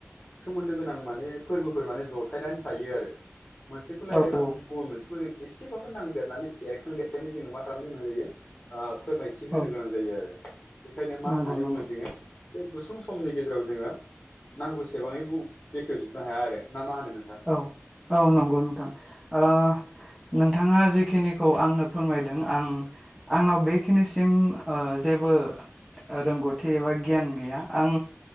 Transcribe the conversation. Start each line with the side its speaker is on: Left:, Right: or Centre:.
Left: सोमोन्दो गोनां माने फोरबो फोर माने जथायनानै थायो आरो। मोनसेखौ
Centre: औ
Left: लायरायबा गुबुन मोनसेखौ जों एसेबाबो नांदेरनानै एरखां देरनानै जोङो मा खालामनो गोनां जायो ओ फोरमायथि होनो
Centre: औ
Left: गोनां जायो आरो बेखायनो मा
Centre: नंगौ
Left: होननानै
Centre: नंगौ
Left: बुङो जोङो बे गुसुं समनि गेजेराव जोङो नांगौसे बाङै बेखेव जोबनो हाया आरो। ना मा होनो नोंथां
Centre: औ औ नंगौ नोंथां ओ नोंथाङा जिखिनिखौ आंनो फोरमायदों आं आंनाव बे खिनिसिम ओ जेबो रोंगौथि एबा गियान गैया आं